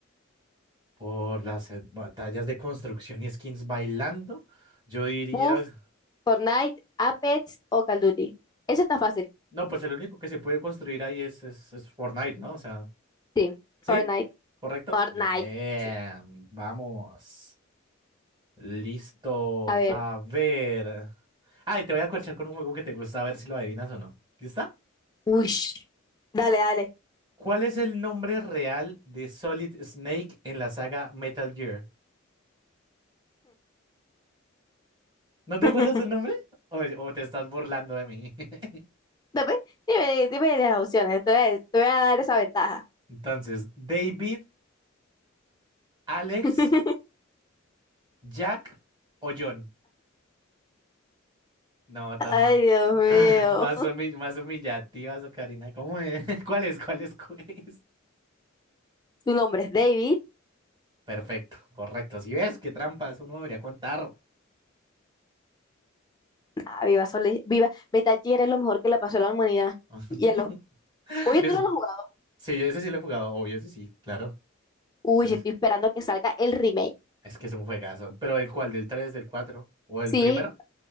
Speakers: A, on the right; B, on the left.
A: Por las eh, batallas de construcción y skins bailando, yo diría.
B: Puff, Fortnite, Apex o Call of Duty. Eso está fácil.
A: No, pues el único que se puede construir ahí es, es, es Fortnite, ¿no? O sea,
B: Sí,
A: ¿sí?
B: Fortnite.
A: ¿Correcto?
B: Fortnite.
A: Bien,
B: Sí.
A: vamos. Listo.
B: A ver.
A: A ver. Ay, te voy a corchar con un juego que te gusta, a ver si lo adivinas o no. ¿Lista?
B: Uy, dale, dale.
A: ¿Cuál es el nombre real de Solid Snake en la saga Metal Gear? ¿No te
B: <laughs>
A: acuerdas del nombre? o o te estás burlando de mí? <laughs>
B: Dame, dime, dime las opciones. Te voy a, te voy a dar esa ventaja.
A: Entonces, David ¿Alex,
B: <laughs>
A: Jack o John? No, tan
B: Ay,
A: más,
B: Dios mío.
A: más, humi- más humillativas, Karina. ¿Cómo es? <laughs> ¿Cuál es? ¿Cuál es? ¿Cuál es?
B: Tu nombre es David.
A: Perfecto, correcto. Si ves qué trampas uno debería contar.
B: Ah, viva, Soli- viva. Metal Gear es lo mejor que le pasó a la humanidad.
A: <laughs>
B: Y a los... Oye,
A: Yo
B: tú
A: ese-
B: no lo has jugado.
A: sí, yo ese sí lo he jugado, obvio, ese sí, claro.
B: Uy,
A: Ese
B: estoy
A: es,
B: esperando que salga el remake.
A: es que es un juegazo. Pero ¿el cuál? ¿Del 3, del 4 ¿O el
B: Sí,
A: primero?